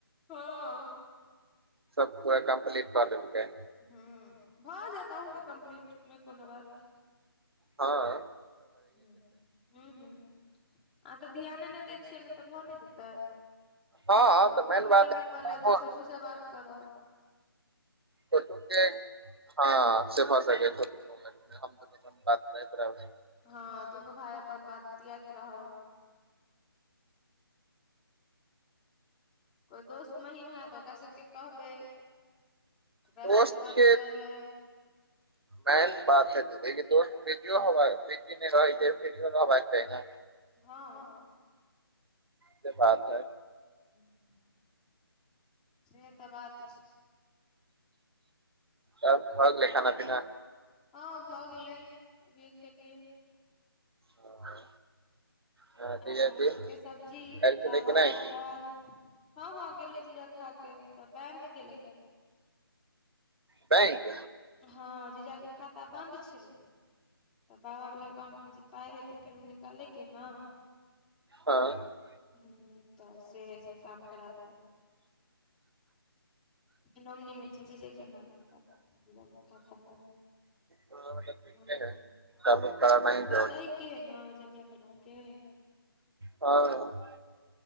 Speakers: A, in the centre; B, on the right (about 75°).
A: हाँ।
B: सब पूरा कम्प्लीट कऽ लेलके।
A: हुँ भऽ जेतौ अहुंके कम्प्लीट नै कोनो बात।
B: हाँ।
A: हुँ हुँ हूँ अहां तऽ ध्याने नहि दै छियै नहि तऽ भऽ नहि जेतै।
B: हँ
A: छोटू
B: तऽ मेन
A: मोबाईलमे
B: बात है
A: कऽ लेब तऽ छोटूसँ बात करब।
B: छोटु के हाँ सेभऽ सकैये छोटु हम दुनु भाय बात करैत रहबै।
A: हाँ दुनू भाय अपन बतियाइत रहब। कोइ दोस्त महीम हय तऽ ओकरा सबके कहबै ओकरा
B: दोस्त
A: सबसँ बात
B: के
A: कऽ लेब।
B: मेन बात छैय दीदी दोस्त फ्री हो फ्री नहि रहै छैय फ्रीयो रहबाक चाह ने।
A: हाँ।
B: से बात है।
A: हा से तऽ बात छै।
B: तब भ गेलै खाना पीना।
A: हाँ भऽ गेलै, अभिए खेलियै।
B: हाँ। हँ
A: आलू
B: जी
A: मटर
B: जी
A: के सब्जी
B: काल्हि
A: चावल,
B: छलै कि नहि
A: दालि। हाँ हाँ गेलै जीजा खा के तऽ बैंक गेलै कनि।
B: बैंक।
A: हाँ जीजाके खाता बंन्द छलै। तऽ बाबा वला एकाउंट मे जे पाइ हइ तऽ फेर ओ निकालेके हे ने।
B: हँ
A: हुँ तऽ से सब काम करा देलक। नोमनीमे छै जीजे के नाम तऽ बाबाके खाता
B: तऽ ठीके
A: भऽ जेतै
B: है
A: ओकरा
B: तब करनाइ जरूरी
A: दैके के रहे ने जमीन वलाके।
B: <inaudible> हाँ।